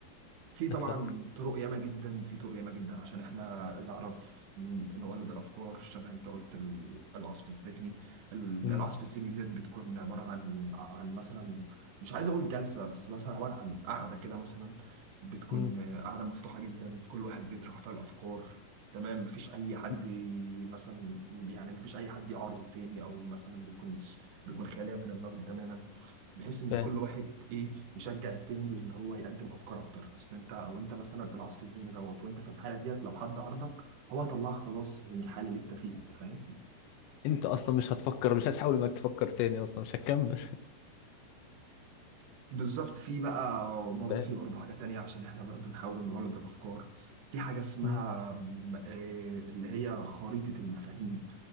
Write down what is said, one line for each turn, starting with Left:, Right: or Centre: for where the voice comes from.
Right: في طبعا
Left: اتفضل
Right: طرق ياما جدا في طرق ياما جدا عشان احنا نعرف ن- نولد الافكار شبه انت قلت ال- العصف الذهني ال-
Left: مم.
Right: العصف الذهني ديت بتكون عباره عن عن مثلا مش عايز اقول جلسه بس مثلا عباره عن قعده كده مثلا بتكون
Left: مم.
Right: قعده مفتوحه جدا كل واحد بيطرح فيها الافكار تمام مفيش اي حد
Left: مم.
Right: مثلا يعني مفيش اي حد يعارض التاني او مثلا بيكون بيكون خالية من النقد تماما بحيث ان
Left: فاهم
Right: كل واحد ايه يشجع التاني اللي هو يقدم افكار اكتر اصل انت وانت مثلا العصف الذهني دوت وانت في الحاله ديت لو حد عرضك هو هيطلعك خلاص من الحاله اللي انت فيها انت فاهم
Left: انت اصلا مش هتفكر مش هتحاول انك تفكر تاني اصلا مش هتكمل
Right: بالظبط في بقى برضه
Left: فاهم
Right: في برضه حاجه تانية عشان احنا برضه نحاول نولد الافكار في حاجه اسمها
Left: مم.
Right: م- آه، اللي هي خريطه المفاهيم